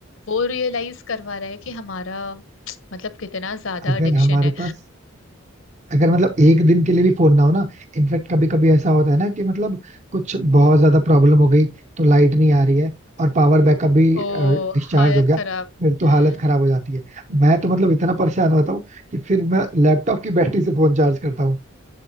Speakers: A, on the left (about 70°); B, on the right (about 35°).
A: वो रियलाइज करवा रहा है कि हमारा मतलब कितना ज्यादा
B: अगर
A: एडिक्शन
B: हमारे
A: है
B: पास अगर मतलब एक दिन के लिए भी फोन ना हो ना इनफैक्ट कभी कभी ऐसा होता है ना कि मतलब कुछ बहुत ज्यादा प्रॉब्लम हो गई तो लाइट नहीं आ रही है और पावर बैकअप भी
A: ओ
B: डिस्चार्ज
A: हालत
B: हो गया
A: खराब
B: फिर तो
A: हम्म
B: हालत खराब हो जाती है मैं तो मतलब इतना परेशान होता हूँ कि फिर मैं लैपटॉप की बैटरी से फोन चार्ज करता हूँ